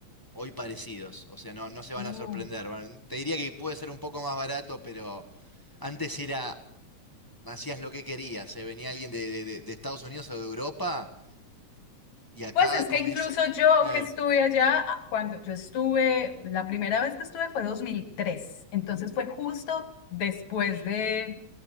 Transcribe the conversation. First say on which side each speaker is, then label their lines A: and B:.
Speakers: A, on the left; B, on the left.
A: hoy parecidos, o sea, no, no se van
B: Oh.
A: a sorprender, van- te diría que puede ser un poco más barato, pero antes era... Hacías lo que querías, se Venía alguien de, de de- de Estados Unidos o de Europa Y acá
B: Pues es
A: comés.
B: que incluso
A: eh,
B: yo
A: eh,
B: que estuve allá, ah, cuando yo estuve, la primera vez que estuve fue 2003 entonces fue justo después de,